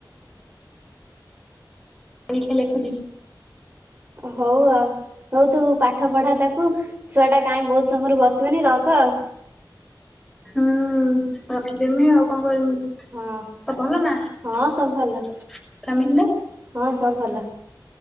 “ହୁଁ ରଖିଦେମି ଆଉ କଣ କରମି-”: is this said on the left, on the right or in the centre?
Centre